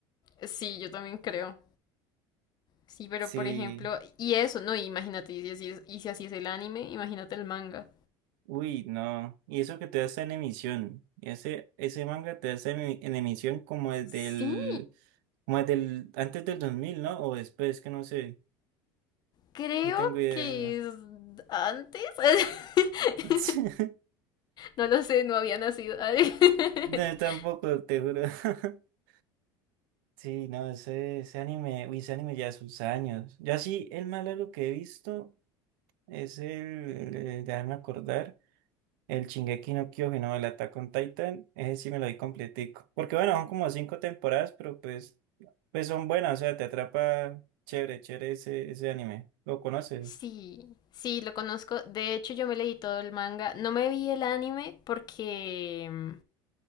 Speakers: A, on the left (about 40°); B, on the right (about 80°).
A: Sí, yo también creo. Sí, pero
B: Sí.
A: por ejemplo, y eso, no, imagínate, y si así es, y si así es el anime, imagínate el manga.
B: Uy, no. Y eso que te está en emisión. Ese, ese manga te está en, en emisión como desde
A: Sí,
B: el, como desde el, antes del dos mil ¿no? O después, que no sé.
A: creo
B: No tengo idea.
A: que es antes. <laughs>
B: <laughs>
A: No lo sé, no había nacido. <laughs>
B: No, yo tampoco, te juro. <laughs> Sí, no, ese, ese anime, uy, ese anime ya sus años. Yo sí, el más largo que he visto es el, eh, déjame acordar. El Shingeki no Kyojin, no, el Attack on Titan, ese sí me lo di completico. Porque bueno, son como cinco temporadas, pero pues, pues son buenas, o sea, te atrapa chévere, chévere ese, ese anime. ¿Lo conoces?
A: Sí, sí, lo conozco. De hecho, yo me leí todo el manga. No me vi el anime porque mm,